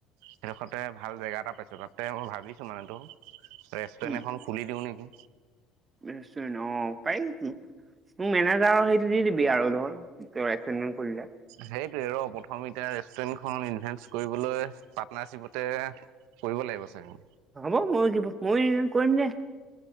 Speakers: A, on the right; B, on the right.
A: সেইডখতে ভাল জেগা এটা পাইছো তাতে মই ভাবিছো মানেতো ৰেষ্টুৰেণ্ট
B: উম।
A: এখন খুলি দিও নেকি
B: অ পাৰ মোক মেনেজাৰৰ সেইটো দি দিবি আৰু ধৰ তো এছ এম কৰিলে
A: সেইটোয়ে ৰ প্ৰথম এতিয়া ৰেষ্টুৰেন্টখনত ইনভেচ কৰিবলৈ পাৰ্টনাৰশ্বিপতে কৰিব লাগিব চাগে
B: হ'ব মই কিবা ময় কিবা কৱি কৰিম দে